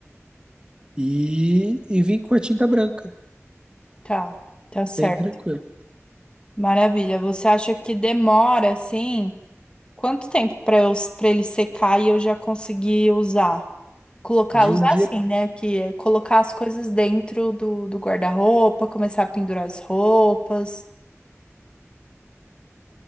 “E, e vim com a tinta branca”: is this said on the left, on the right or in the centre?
Right